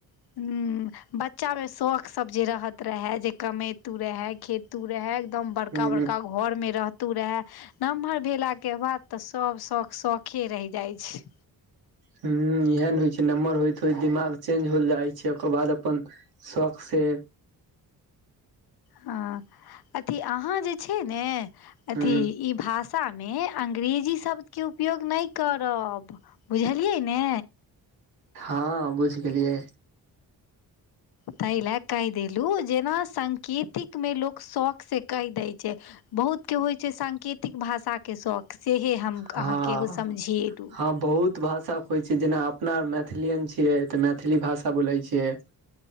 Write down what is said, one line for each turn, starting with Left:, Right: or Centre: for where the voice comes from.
Left: <unintelligible> बच्चा में शौख सब जे रहत रहे जे कमेैतू रहे खेतू रहे। एकदम बड़का
Right: ह
Left: बड़का घर में रह। तू रहे नमहर भेला केँ बाद तऽ सब शौख शौखे रैह जाइ छै।
Right: हु इहै न होइ छै नम्हर होइत होइत दिमाग चेंज होल जाइ छै ओकर बाद अपन। शौक से
Left: हँ अथी अहाँ जे छै ने अथी।
Right: ह
Left: ई भाषा में अंग्रेजी शब्द केँ उपयोग नै करब। बुझलियै ने
Right: हऽ बुझ गेलियै।
Left: तैय लै कैह देलु जेना साकेतिक में लोक शौक स कैह दै छै। बहुत केँ होइ छै साकेतिक भाषा केँ शौक सेहै हम
Right: हँ
Left: अहाँकेँ ओ समझेलु
Right: हँ बहुत भाषा होइ छै जेना अपना आ मैथिलियन छियै तऽ मैथिली भाषा बोलै छियै।